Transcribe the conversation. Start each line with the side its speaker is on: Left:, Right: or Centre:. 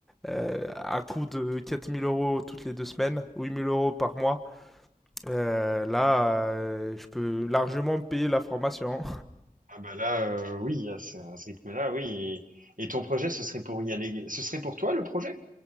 Centre: euh, à coût de 4000 euros toutes les deux semaines, 8000 euros par mois. euh, là, euh, je peux largement payer la formation.
Right: Ah bah là, euh, oui, à ce, à ce rythme-là, oui. Et, et ton projet, ce serait pour y aller. Ce serait pour toi le projet?